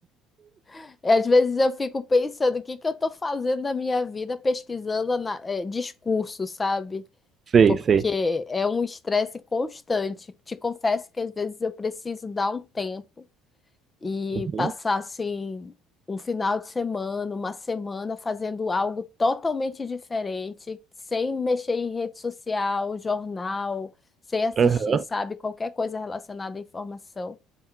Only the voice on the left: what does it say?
<laughs> Às vezes eu fico pensando o que que eu tô fazendo da minha vida pesquisando ana- é, discurso, sabe?
Porque
é um estresse constante. Te confesso que às vezes eu preciso dar um tempo e
passassem um final de semana, uma semana fazendo algo totalmente diferente, sem mexer em rede social, jornal, sem assistir,
sabe, qualquer coisa relacionada à informação.